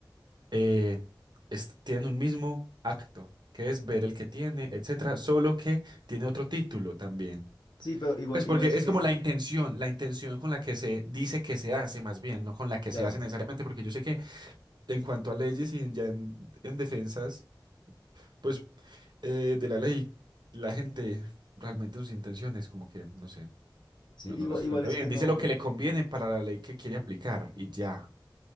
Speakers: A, on the right; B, on the left.
A: eh, es- tienen un mismo acto, que es ver el que tiene, etcétera, solo que tiene otro título también.
B: Sí, pero igual,
A: Pues porque
B: igual es
A: es
B: que,
A: como la intención, la intención con la que se dice que se hace, más bien, no con la que
B: claro,
A: se hace necesariamente, porque yo sé que en cuanto a leyes y ya en en defensas. Pues eh, de la ley, la gente realmente sus intenciones, como que, no sé,
B: sí,
A: no, no
B: igual,
A: las
B: igual
A: cuenta
B: es
A: bien.
B: que
A: Dice
B: no,
A: lo
B: n-
A: que le conviene para la ley que quiere aplicar y ya.